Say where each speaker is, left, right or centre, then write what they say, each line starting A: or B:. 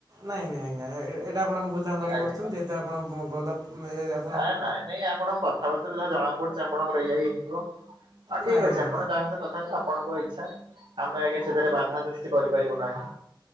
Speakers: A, on the right (about 50°); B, on the right (about 80°).
A: ନାଇଁ ନାଇଁ ଆଜ୍ଞା ଏଇଟା ଆପଣ ଭୁଲ ଧାରଣା ଧରିକି
B: ଆଜ୍ଞା।
A: ବସିଛନ୍ତି ଯେହେତୁ ଆପଣ ଭଲ ଇଏରେ
B: ଆ ନାଇଁ ନାଇଁ ଆପଣଙ୍କ କଥାବାର୍ତ୍ତା ଯାହା ଜଣା ପଡୁଛି ଆପଣଙ୍କର ଏୟହି ହେଇଥିବ। ଆ ଠିକ
A: ନାଇଁ
B: ଅଛି
A: ନାଇଁ
B: ଆପଣ ଯାହା ସହ କଥା ଆପଣଙ୍କ ଇଚ୍ଛା ଆମେ ଆଜ୍ଞା ସେଥିରେ ବାଧା ସୃଷ୍ଟି କରିପାରିବୁ ନାହିଁ।